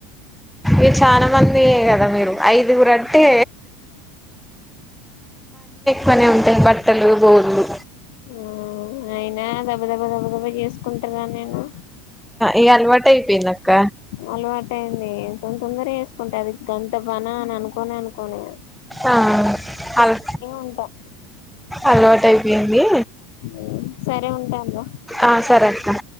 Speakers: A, in the centre; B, on the left (about 70°).
A: ఇ చాలా మంది అయ్యాయి కదా మీరు ఐదుగురు అంటే పనే ఉంటాయి బట్టలు బోళ్లు
B: ఆ అయినా దబ్బ దబ్బ దబ్బ దబ్బా చేసుకుంటార నేను
A: ఈ అలవాటైపోయింది అక్క
B: అలవాటు అయింది తొందర వేసుకుంటే అది గంత బన అని అనుకోని అనుకోని
A: ఆ అల్
B: ఉంటా
A: అలవాటు అయిపోయింది
B: ఉ సరే ఉంటా ఇంగ
A: ఆ సరే అక్క